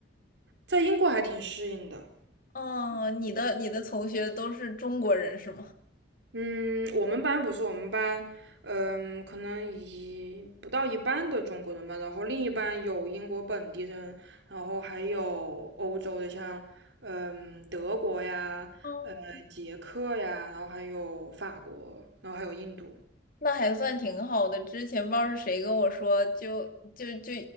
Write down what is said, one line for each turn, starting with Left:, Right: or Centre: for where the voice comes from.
Right: 在英国还挺适应的。
Left: 哦，你的你的同学都是中国人是吗？
Right: 嗯，我们班不是我们班，嗯，可能一不到一半的中国人吧，然后另一半有英国本地人，然后还有欧洲的，像嗯德国呀，
Left: 哦，
Right: 呃捷克呀，然后还有法国，然后还有印度。
Left: 那还算挺好的。之前不知道是谁跟我说，就就就